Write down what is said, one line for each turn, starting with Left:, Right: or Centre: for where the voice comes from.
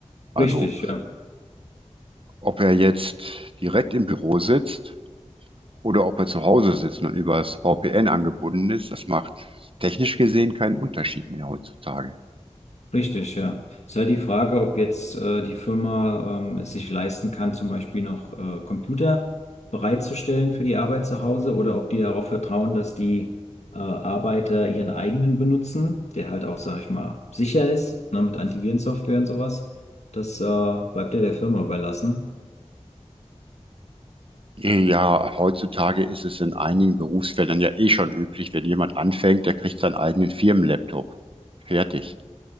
Right: Also
Left: Richtig, ja.
Right: ob er jetzt direkt im Büro sitzt oder ob er zu Hause sitzt und übers VPN angebunden ist, das macht technisch gesehen keinen Unterschied mehr heutzutage.
Left: Richtig, ja. Es ist halt die Frage, ob jetzt äh, die Firma ähm, es sich leisten kann, zum Beispiel noch äh, Computer bereitzustellen für die Arbeit zu Hause oder ob die darauf vertrauen, dass die äh, Arbeiter ihren eigenen benutzen, der halt auch, sag ich mal, sicher ist, ne, mit Antivirensoftware und sowas. Das äh, bleibt ja der Firma überlassen.
Right: Ja, heutzutage ist es in einigen Berufsfeldern ja eh schon üblich, wenn jemand anfängt, der kriegt seinen eigenen Firmenlaptop. Fertig.